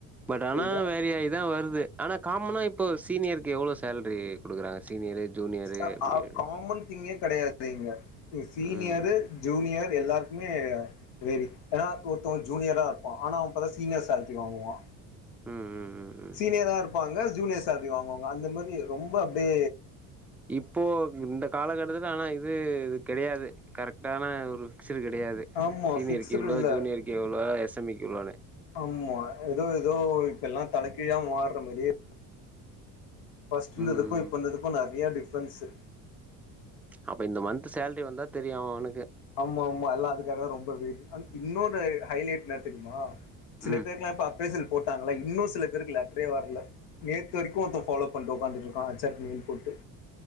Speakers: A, in the centre; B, on the left.
A: but ஆனா
B: இத
A: வேரியாயி தா வருது ஆனா காமனா இப்ப சீனியருக்கு எவ்ளோ சேலரி குடுக்குறாங்க சீனியரு ஜூனியரு
B: ஆ
A: அப்டி
B: ஆ காமன் திங்கே கெடையாது இங்க சீனியரு
A: ம்
B: ஜூனியர் எல்லாருக்குமே வேரி ஏனா ஒருத்தவே ஜூனியரா இருப்பா ஆனா அவே பாத்தா சீனியர் சேலரி வாங்குவா
A: ம் ம் ம் ம்
B: சீனியராருப்பாங்க ஜூனியர் சேலரி வாங்குவாங்க அந்த மாரி ரொம்ப அப்டே
A: இப்போ இந்த காலகட்டத்துல ஆனா இது கெடையாது கரெக்டான ஒரு ஃபிக்சுடு கெடையாது
B: ஆமா
A: சீனியர்க்கு
B: ஃபிக்ஸ்டு
A: இவ்ளோ
B: இல்ல
A: ஜூனியர்க்கு எவ்ளோ எஸ் எம் மி க்கு இவ்ளோனு
B: ஆமா எதோ எதோ இப்பெல்லா தலைக்கீழா மார்ற மாரியே ஃபர்ஸ்ட்டுந்ததுக்கு
A: ம்
B: இப்போ
A: ம்
B: இந்ததுக்கு நெறைய டிஃப்ரென்ஸு
A: அப்ப இந்த மன்த்து சேலரி வந்தா தெரியு அவ அவனுக்கு
B: ஆமா ஆமா எல்லா அதுக்காகதா ரொம்ப வெய்ட்டிங் அ இன்னொரு ஹைலைட் என்ன தெரிமா சில
A: ம்
B: பேருக்குலா இப்ப அப்ரைசல் போட்டாங்கள இன்னு சில பேருக்கு லேட்ரே வர்ல நேத்து வரைக்கு ஒருத்த ஃபாலோ பண்ட்டு ஒக்காந்துட்ருக்கா அச் ஆர்க்கு மெயில் போட்டு